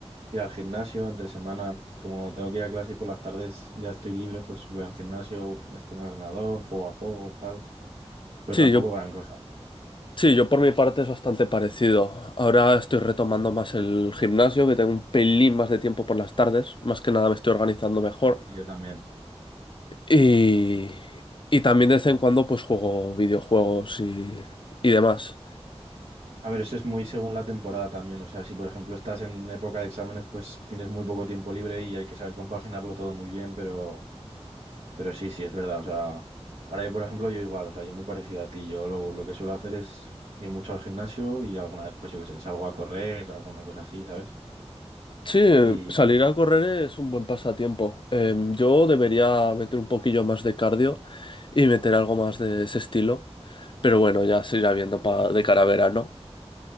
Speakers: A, on the right; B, on the left.
A: ir al gimnasio entre semana. Como tengo que ir a clase y por las tardes ya estoy libre, pues voy al gimnasio, estoy en el ordenador, juego a juegos, tal, pero
B: Sí,
A: tampoco
B: yo,
A: gran cosa.
B: sí, yo por mi parte es bastante parecido. Ahora estoy retomando más el gimnasio, que tengo un pelín más de tiempo por las tardes. Más que nada me estoy organizando mejor.
A: Y yo también.
B: Y, y también de vez en cuando pues juego videojuegos y, y demás.
A: A ver, eso es muy según la temporada también. O sea, si por ejemplo estás en época de exámenes, pues tienes muy poco tiempo libre y hay que saber compaginarlo todo muy bien, pero, pero sí, sí, es verdad. O sea, ahora yo, por ejemplo, yo igual, o sea, yo muy parecido a ti. Yo lo, lo que suelo hacer es ir mucho al gimnasio y alguna vez, pues yo qué sé, salgo a correr, alguna cosa así, ¿sabes?
B: Sí,
A: Y,
B: salir a correr es un buen pasatiempo. Em, yo debería meter un poquillo más de cardio y meter algo más de ese estilo. Pero bueno, ya se irá viendo pa-
A: sí.
B: de cara a verano.